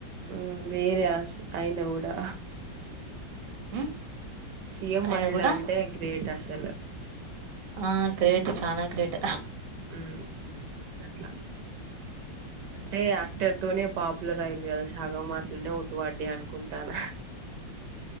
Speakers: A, on the right; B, on the right.
A: మ్ వేరే అస్ అయినే కూడా
B: ఉమ్,
A: సిఎంఅయిల్
B: ఆయన కూడా
A: అంటే గ్రేట్ అసలు
B: ఆ గ్రేట్ చనా గ్రేట్
A: మ్ అట్లా అంటే యాక్టర్ తోనే పాపులర్ అయిర్రు కదా సాగమట్లనే ఒట్టు పడ్డి అనుకుంటాన